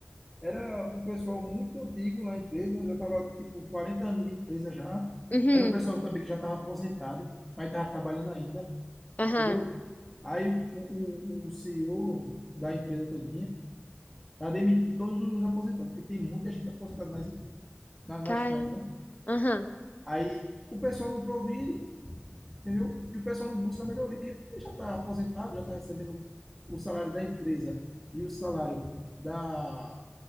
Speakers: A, in the centre; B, on the left.
A: era um pessoal muito antigo na empresa, já estava tipo, 40 anos de empresa já.
B: Uhum.
A: Era um pessoal também que já estava aposentado, mas estava trabalhando ainda,
B: Aham.
A: entendeu? Aí, o, o o CEO da empresa toda Tá demitindo todos os aposentados, porque tem muita gente aposentada nas empresas, na-
B: Cara.
A: nas plantas, né?
B: Aham.
A: Aí o pessoal não progride, entendeu? E o pessoal não busca melhoria, porque já está aposentado, já está recebendo o salário da empresa e o salário da,